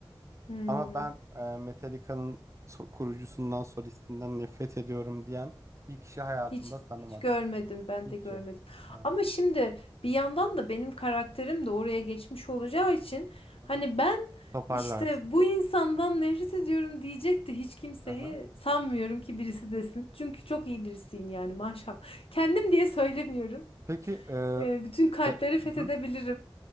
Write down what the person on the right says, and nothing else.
Ama ben e, Metallica'nın so- kurucusundan, solistinden nefret ediyorum diyen bir kişi hayatımda
tanımadım.
Hiç
yok. Ha,
hı
hı.
Toparlarsın.
Hı
Peki e,
de-
hı hı.